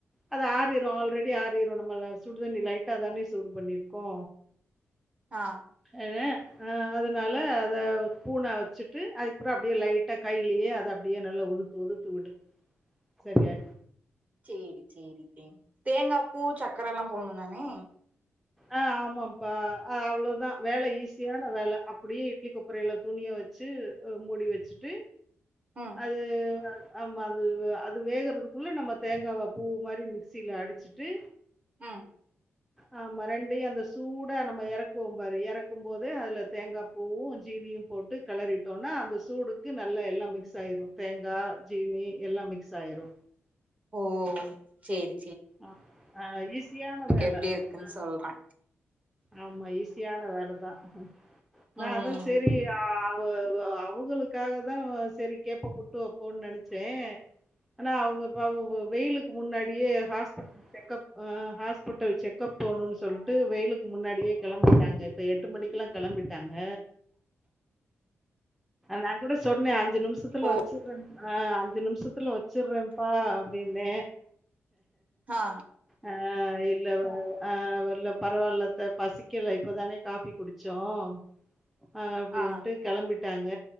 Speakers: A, in the centre; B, on the right.
A: அது ஆறிரோ ஆல்ரெடி ஆறிரோ நம்மள சுடு தண்ணி லைட்டா தானே சூடு பண்ணிருக் கோ
B: ஆ
A: அதா ஆ அதுனால அத பூன வச்சுட்டு அதுக்பற அப்டியே லைட்டா கைலியே அத அப்டியே நல்லா உதுத் உதுத் விடு சரியா
B: சேரி சேரி டேங்க் தேங்கா பூ சக்கரலா போட்டுணு தானே
A: ஆ ஆமாப்பா ஆ அவ்ளோதா வேல ஈஸியான வேல அப்டியே இட்லி கொப்பரைல துணிய வச்சு மூடி வச்சுட்டு
B: ம்
A: அது <inaudible> ஆமா அது அது வேகுறதுக்குள்ள நம்ம தேங்காவ பூ மாரி மிக்சில அடிச்சிட்டு
B: உம்
A: ஆ மரண்டை அந்த சூடா நம்ம எறக்குவோ பாரு எறக்கும் போது அதுல தேங்காப்பூவு ஜீனியோ போட்டு கெளறிட்டோன்னா அந்த சூடுக்கு நல்லா எல்லா மிக்ஸ் ஆயிரோ தேங்கா ஜீனி எல்லா மிக்ஸ் ஆயிரோ
B: ஓ செரி
A: அ ஆ ஈஸியான வேல
B: எப்டி இருக்குன்
A: அ
B: சொல்றே
A: ஆமா ஈஸியான வேலதா நான்
B: ம்
A: அதா செரி ஆ பஹ் அஹ் அவுங்களுக்காக தான் சரி கேப்போ புட்டு வைப்போன்னு நெனச்சேன் ஆனா அவுங்க பாவம் வெயிலுக்கு முன்னாடியே ஹாஸ் செக்கப் அஹ் ஹாஸ்பிட்டல் செக்கப் போனோன்னு சொல்ட்டு வெயிலுக்கு முன்னாடியே கெளம்பிட்டாங்க இப்ப எட்டு மணிக்குல்லாம் கெளம்பிட்டாங்க நான் கூட சொன்னே அஞ்சு நிமிஷத்துல
B: ஓ
A: வச்சிர்றேன் ஆஹ் அஞ்சு நிமிஷத்துல வச்சுட்றேன்பா அப்டின்னே
B: ஆ
A: ஆ இப் இல்ல ஆஹ் வெல்ல பரவாயில்லத்த பசிக்கல இப்பதானே காஃபி குடிச்சோம் அஹ் அப்டின்ட்டு
B: ஆ
A: கெளம்பிட் ட்டாங்க